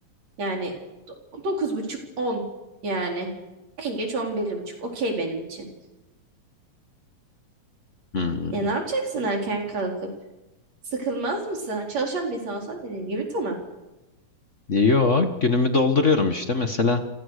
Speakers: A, on the right (about 60°); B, on the left (about 40°).
A: yani do- dokuz buçuk on yani en geç on bir buçuk. okey benim için.
B: Hmm.
A: Ya ne yapacaksın erken kalkıp? Sıkılmaz mısın? Çalışan bir insan olsan dediğim gibi tamam.
B: Yo günümü dolduruyorum işte. Mesela